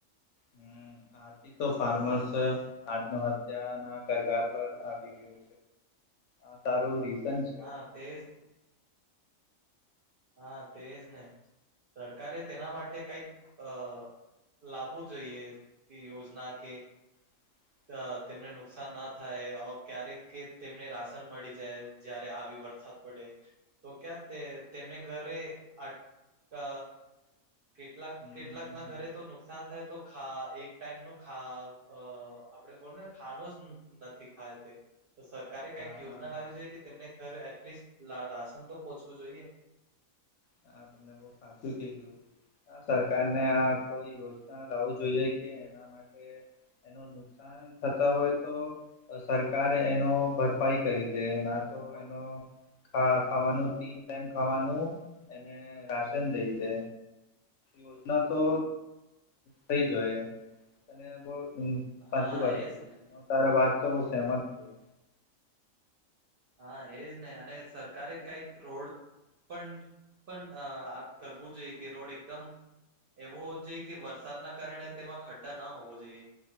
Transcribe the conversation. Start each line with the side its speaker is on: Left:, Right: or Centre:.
Left: હમ આથી તો ફાર્મર્સ આત્મહત્યા ના કરગાર પર આવી ગયો આ સારું રીઝન છે
Right: હા તેજ હા તેજ ને સરકારે તેના માટે કઈક અ લાવવું જોઈએ કે યોજના કે
Left: <inaudible>
Right: અ તેમને નુકસાન ના થાય ક્યારેક તેમને રાશન મળી જાય. જયારે આવી વરસાદ પડે તો ક્યા તે તેમને ઘરે આ કેટલાક
Left: હમ
Right: કેટલાક
Left: હમ
Right: ના ઘરે તો નુકસાન થાય તો ખા એક ટાઈમ નો ખા આપડે બોને ખાનો જ નથી ખાય તે સરકારે કઈક
Left: હા
Right: યોજના
Left: હા
Right: લાવવી જોઈએ કે તેમને ઘરે એટલીસ્ટ રાશન તો પોહોંચવું જોઈએ.
Left: હા તમેં બઉ સાચું કીધું. હા સરકાર ને આ કોઈ યોજના લાવું જોઈએ કે એના માટે એનો નુકસાન થતા હોય તો તો સરકાર એનો ભરપાઈ કરી દે ના તો એનો ખા ખાવાનું તીન ટાઈમ ખાવાનું એને રાશન દઈ દે. યોજના તો થઈ જોઈ અને બહ <unintelligible> સાચું
Right: હા
Left: વાત
Right: એજ
Left: કીધું
Right: ને
Left: હ તારે વાત થી હું સેમત છું.
Right: હા એજ નહી અને સરકારે કઈક રોડ પણ પણ આપ કરવું જોઈએ કે રોડ એકદમ એવો હોવ જોઈએ કે વરસાદના કારણે તેમાં ખડ્ડા ના હોવો જોઈએ.